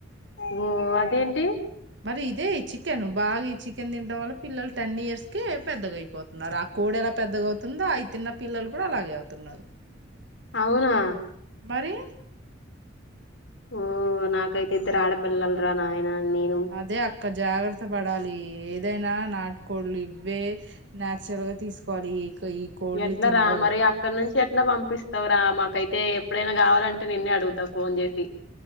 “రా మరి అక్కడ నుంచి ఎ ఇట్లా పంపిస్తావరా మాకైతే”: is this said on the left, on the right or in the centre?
Left